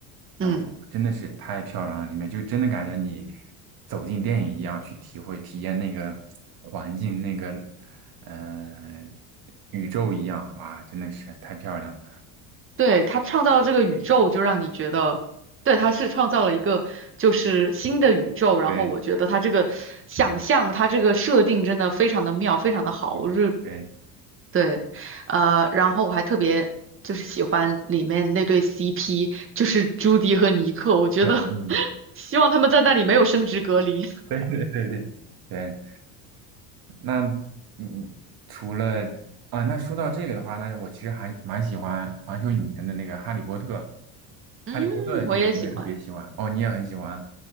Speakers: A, on the right; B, on the right.
A: 然后真的是太漂亮了，
B: 嗯，
A: 里面就真的感觉你走进电影一样去体会体验那个环境，那个呃宇宙一样，哇，真的是太漂亮了。
B: 对，他创造这个宇宙，就让你觉得，对，他是创造了一个就是新的宇宙。然后我觉得他这个想象，
A: 对，
B: 他这个设定真的非常的妙，非常的好。
A: 对，
B: 我是
A: 对，
B: 对，呃，然后我还特别。就是喜欢里面那对 CP，就是朱迪和尼克，我觉得
A: 嗯，
B: <laughs> 希望他们在那里没有生殖隔离。
A: 对 <laughs> 对对对对，那嗯，除了啊，那说到这个的话，那我其实还蛮喜欢环球影城的那个《哈利波特》。
B: <laughs> 嗯，
A: 哈利波特的电影我也特别喜欢哦，
B: 我也喜欢。
A: 你也很喜欢